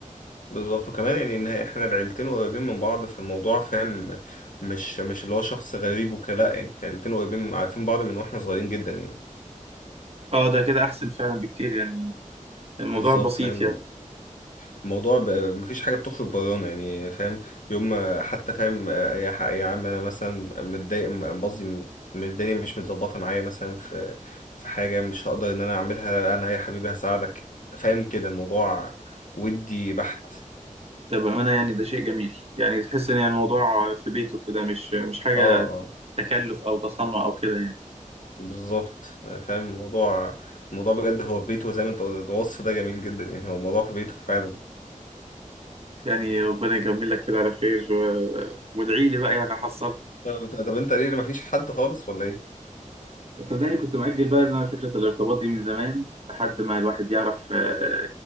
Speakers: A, on the left; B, on the right.
A: بالظبط وكمان يعني ان احنا العيلتين قريبين من بعض فالموضوع فاهم مش مش اللي هو شخص غريب وكده لا يعني احنا العيلتين قريبين عارفين بعض من واحنا صغيرين جدا يعني
B: اه ده كده احسن فعلا بكتير يعني الموضوع
A: بالظبط
B: بسيط
A: فاهم
B: يعني
A: الموضوع ب... مفيش حاجه بتخرج برانا يعني فاهم يوم ما- حتى فاهم آه، يا ح- يا عم انا مثلا متضايق م- قصدي م- الدنيا مش متظبطه معايا مثلا في في حاجه مش هقدر ان انا اعملها انا يا حبيبي هساعدك فاهم كده الموضوع ودي بحت
B: ده بامانه يعني ده شيء جميل يعني تحس ان يعني الموضوع في بيته كده مش مش حاجه
A: اه آه.
B: تكلف او تصنع او كده يعني
A: بالظبط فاهم الموضوع الموضوع بجد هو في بيته زي ما انت قلت، الوصف ده جميل جدا يعني هو الموضوع في بيته فعلا
B: يعني ربنا يكمل لك كده على خير و... وادعي لي بقى يعني احصلك
A: طب طب انت ليه ما فيش حد خالص ولا ايه
B: صدقني كنت مأجل بقى ان انا فكرة الارتباط دي من زمان لحد ما الواحد يعرف آه،